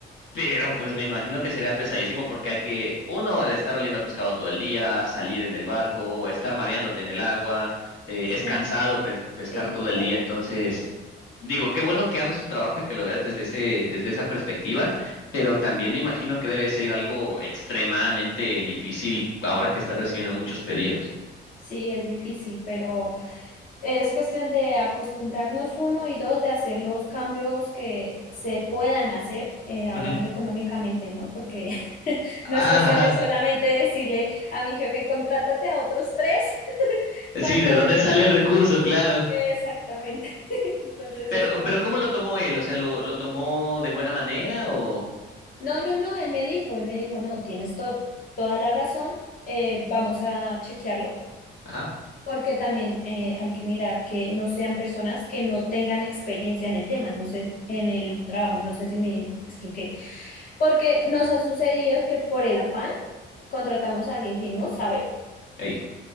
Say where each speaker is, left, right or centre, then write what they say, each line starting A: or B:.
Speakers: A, on the left; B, on the left.
A: Pero pues me imagino que sería pesadísimo porque hay que, uno, de estar oliendo a pescado todo el día, salir en el barco, estar mareándote en el agua, eh,
B: Sí,
A: es cansado pues, pescar
B: sí,
A: todo
B: total.
A: el día, entonces digo, qué bueno que ames tu trabajo y que lo veas desde ese, desde esa perspectiva, pero también me imagino que debe ser algo extremadamente difícil ahora que están recibiendo muchos pedidos.
B: Sí, es difícil, pero es cuestión de acostumbrarnos uno y dos, de hacer los cambios que se puedan hacer, eh, hablando
A: Ujú.
B: económicamente, ¿no? Porque <laughs>
A: Ah,
B: no es cuestión
A: ajá.
B: de solamente decirle a mi jefe, contrátate a otros tres, <laughs>
A: Sí,
B: cuando
A: ¿de
B: de
A: dónde
B: pronto,
A: sale el recurso? Claro.
B: exactamente. <laughs> Entonces
A: Pero,
B: es como...
A: pero ¿cómo lo tomó él? O sea, ¿lo, lo tomó de buena manera o...?
B: No, no, no, él me dijo, él me dijo, no, tienes to- toda la razón, eh, vamos a chequearlo,
A: Ajá.
B: porque también eh, hay que mirar que no sean personas que no tengan experiencia en el tema, no sé, en el trabajo, no sé si me expliqué, porque nos ha sucedido que por el afán contratamos a alguien que no sabe
A: ahí.